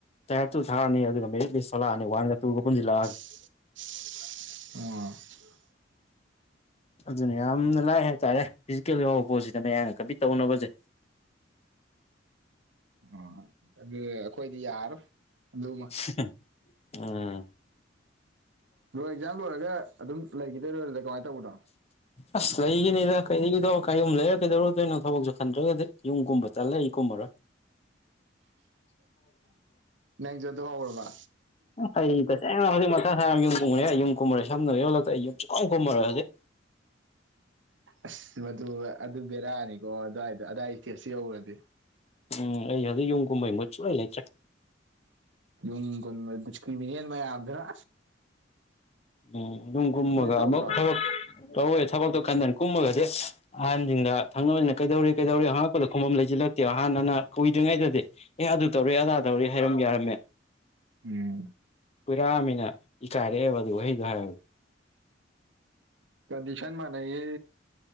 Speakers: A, on the left; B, on the right.
A: ꯇꯌꯥꯔ ꯇꯨ ꯊꯥꯔꯅꯤ ꯑꯗꯨꯒ ꯃꯦꯔꯤꯠ ꯂꯤꯁ ꯊꯣꯛꯂꯛꯑꯅꯤ ꯋꯥꯟꯒ ꯇꯨꯒ ꯄꯨꯟꯖꯤꯜꯂꯛꯑꯒ
B: <unintelligible>
A: ꯑꯗꯨꯅ ꯌꯥꯝꯅ ꯂꯥꯏ ꯍꯥꯏꯇꯥꯔꯦ ꯐꯤꯖꯤꯀꯦꯜ ꯌꯥꯎꯕ ꯄꯣꯠꯁꯤꯗ ꯃꯌꯥꯝꯅ ꯀꯝꯄꯤ ꯇꯧꯅꯕꯁꯦ
B: ꯑꯣ ꯑꯗꯨ ꯑꯩꯈꯣꯏꯗꯤ ꯌꯥꯔꯔꯣꯏ ꯑꯗꯨꯃ
A: <unintelligible>
B: ꯂꯣꯏ ꯑꯦꯛꯖꯥꯝ ꯂꯣꯏꯔꯒ ꯑꯗꯨꯝ ꯂꯩꯈꯤꯗꯣꯏꯔꯣ ꯑꯗꯨꯗ ꯀꯃꯥꯏꯅ ꯇꯧꯕꯅꯣ
A: ꯑꯁ ꯂꯩꯒꯤꯅꯤꯗ ꯀꯩꯗꯣ ꯀꯔꯤ ꯌꯨꯝ ꯂꯩꯔ ꯀꯩꯗꯧꯔꯗꯣꯏꯅꯣ ꯊꯕꯛꯁꯨ ꯈꯟꯗ꯭ꯔꯒꯗꯤ ꯌꯨꯝ ꯀꯨꯝꯕ ꯇꯟꯂꯦ ꯑꯩ ꯀꯨꯝꯃꯔꯣꯏ
B: ꯅꯪꯖꯨ ꯑꯗꯣ ꯍꯧꯔꯕ
A: ꯑꯩ ꯇꯁꯦꯡꯅ ꯍꯧꯖꯤꯛ ꯃꯊꯥ ꯁꯥꯏ ꯌꯥꯝ ꯌꯨꯝ ꯀꯨꯝꯒꯅꯤ ꯈꯟꯕꯗ ꯑꯩ ꯌꯨꯝ ꯀꯨꯝꯃꯔꯦ ꯁꯝꯅꯔ ꯌꯣꯂꯛꯇ ꯑꯩ ꯌꯨꯝ ꯁꯨꯡꯀꯨꯝ ꯀꯨꯝꯃꯔꯣꯏ ꯍꯧꯖꯤꯛ
B: ꯑꯁ ꯃꯗꯨ ꯑꯗꯨ ꯕꯦꯔꯛꯑꯅꯤꯀꯣ ꯑꯗꯨꯋꯥꯏꯗꯣ ꯑꯋꯥꯏ ꯏꯁꯇꯦꯠꯁꯨ ꯌꯧꯔꯗꯤ
A: ꯎꯝ ꯑꯩ ꯍꯧꯖꯤꯛ ꯌꯨꯝ ꯀꯨꯝꯕꯩꯏ ꯃꯨꯠ ꯁꯨꯡꯂꯩ ꯂꯩꯇ꯭ꯔꯦ
B: ꯌꯨꯝ ꯀꯨꯝꯕꯩꯏ ꯗꯤꯁꯀ꯭ꯔꯤꯃꯤꯅꯦꯟ ꯃꯌꯥꯝꯗꯨꯅ
A: ꯎꯝ ꯑꯗꯨꯝ ꯀꯨꯝꯃꯒ
B: ꯅꯣꯏ ꯇꯧꯗ꯭ꯔꯣ
A: ꯑꯃꯨꯛ ꯊꯕꯛ ꯇꯧꯋꯦ ꯊꯕꯛꯇꯣ ꯈꯟꯗꯅ ꯀꯨꯝꯃꯒꯗꯤ ꯑꯍꯟꯁꯤꯡꯅ ꯊꯪꯅꯕꯅꯤꯅ ꯀꯩꯗꯧꯔꯤ ꯀꯩꯗꯧꯔꯤ ꯑꯉꯛꯄꯣ ꯈꯣꯡꯐꯝꯝ ꯂꯩꯁꯤꯜꯂꯛꯇꯦꯕ ꯍꯥꯟꯅ ꯀꯨꯏꯗ꯭ꯔꯤꯉꯩꯗꯗꯤ ꯑꯦ ꯑꯗꯨ ꯇꯧꯔ ꯑꯗꯥ ꯇꯧꯔꯤ ꯍꯥꯏꯔꯝ ꯌꯥꯔꯝꯃꯦ
B: ꯎꯝ
A: ꯀꯨꯔꯥꯃꯤꯅ ꯏꯀꯥꯏꯔꯛꯑꯦꯕ ꯑꯗꯨ ꯋꯥꯍꯩꯗꯣ ꯍꯥꯏꯕꯗ
B: ꯀꯟꯗꯤꯁꯟ ꯃꯥ ꯅꯌꯦ꯫